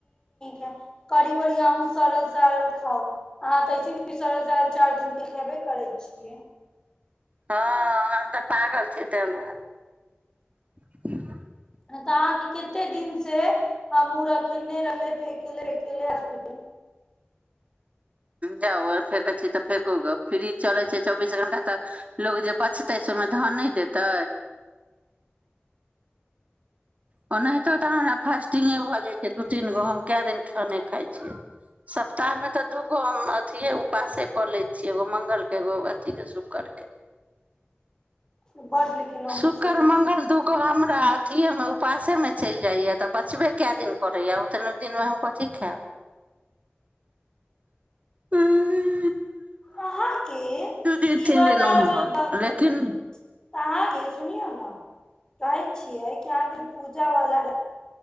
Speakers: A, on the left; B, on the right.
A: ज करीब बड़ी अहूँ सड़ल सड़ल खाउ अहाँ तऽ ऐसे भी सड़ल सारल चारि दिनके खेबे करै छियै
B: हँ हम तऽ पागल छी त दुआर <inaudible>
A: तऽ अहाँके कते दिन से हमूँ रखनेे फेकेे फेले कत
B: जाउ फँकै छी तऽ फेककू ग फ्री चलै छै। चौबीस घण्टा तऽ लोक जे बचतै से ओहिमे धन नहि देतै ओ ओनाहितो तऽ हमरा फास्टिंगे भऽ जाइ छै दू तीन गो हम कए दिन खाने खाइ छियै सप्ताहमे तऽ दू गो हम अथिए उपवासे कऽ लै छियै एगो मङ्गलके एगो अथीके शुक्रके
A: बड लेकिन अहूँ
B: शुक्र
A: सही
B: मंगल
A: छै
B: दुूग रा अथिएमे उपासेमे चलि जाइए तऽ बचबे कए दिन करैए ओतना दिनमे हम कथी खायब ह
A: अहाँके
B: दिन
A: ई
B: तीन
A: वाल
B: दिन ओम्हर
A: अहाँके
B: लेकिन
A: सुनियौ ने कहै छियै जे अहाँके पूजावला रहै